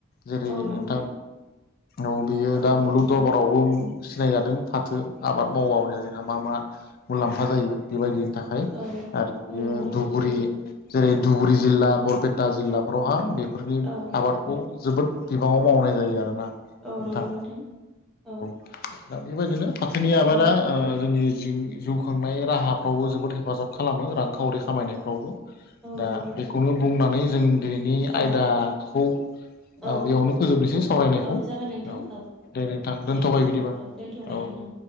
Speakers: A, on the left; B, in the centre.
A: जेरै
B: औ नंगौ
A: नोंथां औ बेयो
B: औ
A: दा
B: नोंथां
A: मुलुग दरबा रावबो सिनायजादों फाथो आबाद मावाब जोंहा मा मा मुलाम्फा जायो बेबायदिनि थाखाय।
B: औ
A: आरो बियो
B: औ नंगौ नोंथां
A: धुबुरि जेरै धुबुरि जिल्ला बरपेटा जिल्ला रावहा बेफोरनि
B: औ
A: आबादखौ जोबोद बिबाङाव मावनाय जायो आरोना। नोंथां
B: औ नंगौ नोंथा औ।
A: दा बेबायदिनो फाथोनि आबादा
B: औ
A: अ जोंनि <unintelligible> खांनाय राहाफ्रावबो जोबोद हेफाजाब खालामो रांखावरि खामायनायफ्रावबो
B: औ
A: दा
B: नंगौ नोंथां
A: बेखौनो बुंनानै जों दिनैनि
B: औ
A: आयदाखौ बेयावनो
B: औ
A: फोजोबनोसै सावरायनायखौ
B: औ जागोन नोंथां
A: औ। दे नोंथां दोनथ'बाय
B: बिदिब्ला
A: बिदिबा
B: औ दोनथ'बाय
A: औ।
B: नोंथां